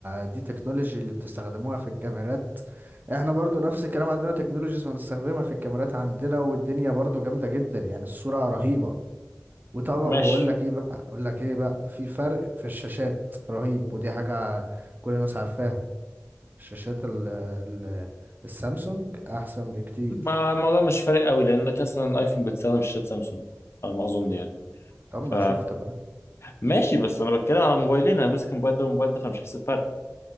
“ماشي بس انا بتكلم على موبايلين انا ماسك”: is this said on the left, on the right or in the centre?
Left